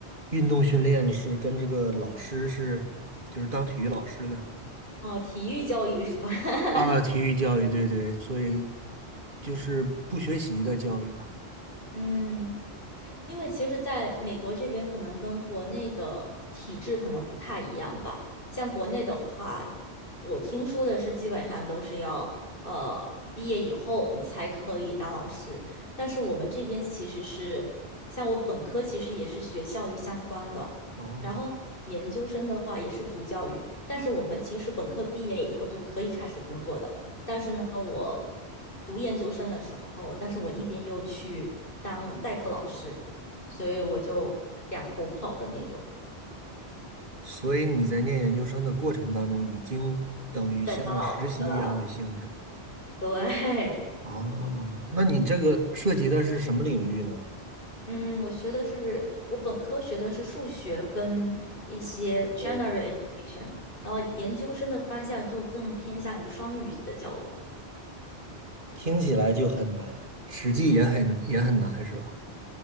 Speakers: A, on the right; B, on the left.
A: 运动训练，是跟这个老师是就是当体育老师的
B: 哦，体育教育是吧？<laughs>
A: 啊，体育教育，对对，所以就是不学习的教育吧。
B: 嗯。因为其实在美国这边，可能跟国内的体制可能不太一样吧。像国内的话，我听说的是基本上都是要呃毕业以后你才可以当老师，但是我们这边其实是，像我本科其实也是学教育相关的，
A: 哦，
B: 然后研究生的话也是读教育，但是我们其实本科毕业以后就可以开始工作的。但是呢，我读研究生的时候，但是我一边又去当代课老师，所以我就两头跑的那种，
A: 所以你在念研究生的过程当中，已经等于像实习一样的性质。
B: 在当老师了。对，
A: 哦，那你这个涉及的是什么领域呢？
B: 嗯，我学的是我本科学的是数学跟一些 general
A: 哦，
B: education，然后研究生的方向就更偏向于双语的教育，
A: 听起来就很难，实际也很也很难，是吧？